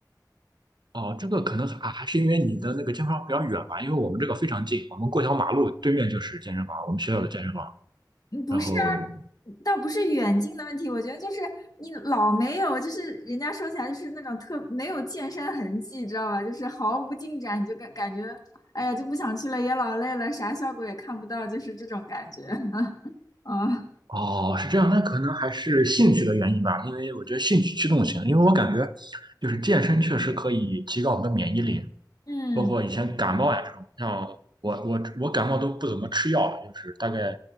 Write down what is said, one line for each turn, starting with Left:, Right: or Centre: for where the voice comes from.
Right: 哦，这个可能还啊还是因为你的那个健身房比较远吧，因为我们这个非常近，我们过条马路对面就是健身房，我们学校的健身房。
Left: 嗯不是啊，
Right: 然后
Left: 倒不是远近的问题，我觉得就是你老没有，就是人家说起来就是那种特没有健身痕迹，知道吧？就是毫无进展，你就感感觉，哎呀，就不想去了，也老累了，啥效果也看不到，就是这种感觉。<laughs> 啊，
Right: 哦，是这样，那可能还是兴趣的原因吧，因为我觉得兴趣驱动型，因为我感觉就是健身确实可以提高我们的免疫力，
Left: 嗯，
Right: 包括以前感冒呀这种，像我我我感冒都不怎么吃药的，就是大概